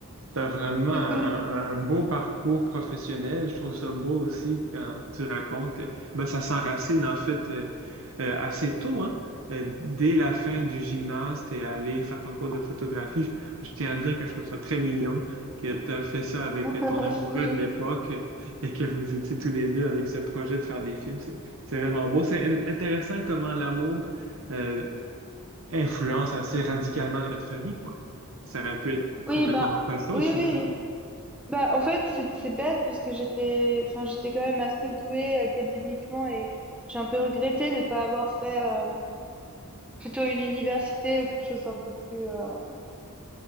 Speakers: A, on the right; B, in the centre.
A: T'as vraiment
B: ça
A: un,
B: collait
A: un beau parcours professionnel. Je trouve ça beau aussi quand tu racontes que ben, ça s'enracine en fait euh, euh, assez tôt, hein. Euh, dès la fin du gymnase, t'es allé faire ton cours de photographie. Je, je tiens à dire que je trouve ça très mignon que t'as fait ça avec
B: <laughs>
A: ton amoureux
B: c'est gentil.
A: de l'époque euh, et que vous étiez tous les deux avec ce projet de faire des films. C'est c'est vraiment beau. C'est in- intéressant comment l'amour euh, influence assez radicalement notre vie, quoi. Ça aurait pu être
B: Oui,
A: complètement
B: ben
A: autre chose
B: oui,
A: finalement.
B: oui. Bah, en fait, c'est c'est bête parce que j'étais enfin, j'étais quand même assez douée académiquement et j'ai un peu regretté de ne pas avoir fait, heu, plutôt une université ou quelque chose d'un peu plus, heu,